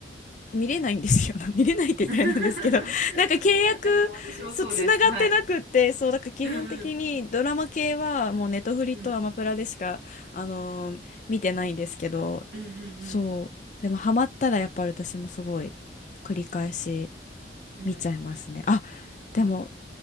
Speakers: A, on the left; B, on the right.
A: 見れないんですよ。<laughs> 見れないって言ったらあれなんですけど、
B: <laughs>
A: <laughs> なんか契約、
B: えでも私もそうです。
A: そう、つながってなくって、
B: はい。
A: そう、だから基本的にドラマ系はもうネトフリとアマプラでしか、
B: うんうん。うん
A: あのー見てないんですけど、
B: うん
A: そう、でもハマったらやっぱり私もすごい繰り返し
B: うんうん。
A: 見ちゃいますね。あ、でも、
B: うんうん。